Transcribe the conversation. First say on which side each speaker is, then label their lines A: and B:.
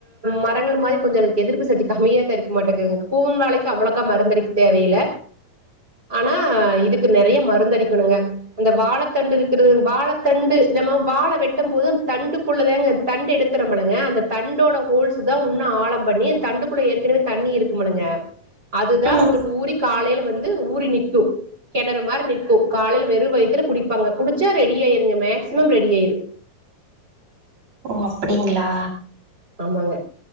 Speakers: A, on the right; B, on the right.
A: மரங்கள் மாரி கொஞ்ச எதிர்ப்பு சக்தி கம்மியா தா இருக்குமாட்டகுங் பூவன் வாழைக்கு அவ்ளோக்கா மருந்தடிக்க தேவையில்ல ஆனா இதுக்கு நெறைய மருந்தடிக்கணுங்க அந்த வாழத்தண்டு இருக் வாழ தண்டு நம்ம வாழ வெட்டும் போது அந்த தண்டுக்குள்ளதாங்க தண்டு எடுக்ரம்பலங்க அந்த தண்டோட ஹோல்ஸ் தா உன்னு ஆழம் பண்ணி அந் தண்டுக்குள்ள ஏற்கனவே தண்ணி இருக்குமுலிங்க அதுதா
B: ம்
A: உங்ளுக்கு ஊரிக் காலைல வந்து ஊறி நிக்கு கெணறு மாரி நிக்கு காலைல வெறு வயத்துல குடிப்பாங்க குடுத் ச்சா ரெடி ஆயிருங்க மேக்சிமம் ரெடி ஆய்ரு
B: ஓ அப்டிங்ளா
A: ஆமாங்க